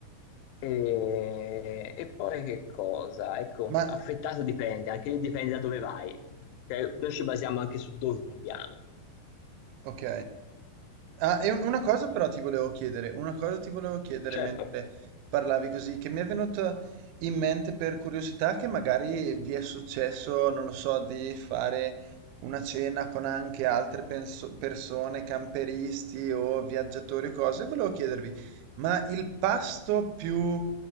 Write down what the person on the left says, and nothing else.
E, e poi che cosa? Ecco,
affettato dipende, anche lì dipende da dove vai. Cioè, noi ci basiamo anche su dove andiamo.
Certo,